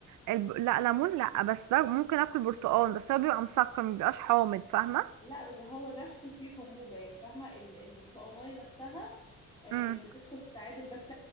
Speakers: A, on the right; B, on the left.
A: الب... لا ليمون لا بس ب- ممكن اكل برتقال بس هو بيبقى مسكر مبيبقاش حامض فاهمه
B: لا بس هو نفسه فيه حموضة يعني فاهمة ال- البرتقانية نفسها آه،
A: امم
B: بتدخل تتعادل بس